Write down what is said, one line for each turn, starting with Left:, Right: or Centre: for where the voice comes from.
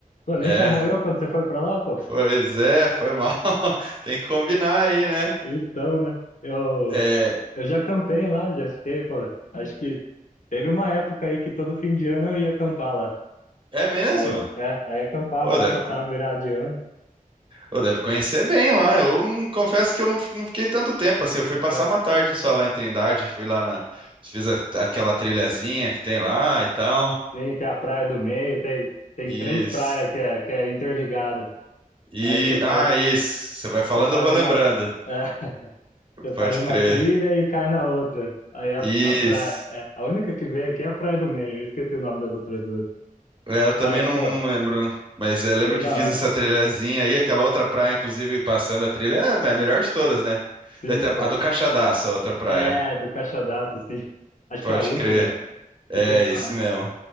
Left: Pô, nem
Right: É,
Left: chamou eu quando você foi pra lá, pô?
Right: pois é, foi mal. <laughs> Tem que combinar aí, né?
Left: Então, né? Eu,
Right: É,
Left: eu já campei lá, já fiquei, pô. Acho que teve uma época aí que todo fim de ano eu ia acampar lá.
Right: é mesmo?
Left: Aí, é, aí acampava
Right: Ô,
Left: lá,
Right: deve,
Left: passava
Right: co-
Left: virada de ano.
Right: ô, deve conhecer bem lá. Eu não- confesso que eu não, fi- não fiquei tanto tempo assim. Eu fui passar
Left: É,
Right: uma tarde só lá em Trindade. Fui lá na. Fiz a- aquela trilhazinha que tem lá e tal.
Left: tem, tem a praia do meio, tem, tem
Right: Isso.
Left: três praias que é, que é interligada.
Right: E.
Left: Aí você faz,
Right: Ah, isso. Você vai falando,
Left: você faz
Right: eu vou lembrando.
Left: uma. <laughs> Você
Right: Pode
Left: faz uma
Right: crer.
Left: trilha e cai na outra. Aí a,
Right: Isso.
Left: a praia. É, a única que veio aqui é a Praia do Meio. Eu esqueci o nome das outras duas.
Right: É, eu também
Left: Mas,
Right: não,
Left: pô,
Right: não lembro. Mas é, lembro
Left: veio
Right: que
Left: da
Right: fiz
Left: hora.
Right: essa trilhazinha aí, aquela outra praia, inclusive, passando a trilha, é é a melhor de todas, né?
Left: Sim,
Right: Daí tem
Left: eu...
Right: a, a do Caixadaço, a outra praia.
Left: É, do Caixadaço, sim. Acho
Right: Pode
Left: que é a última.
Right: crer. É,
Left: Que tem uma,
Right: isso mesmo.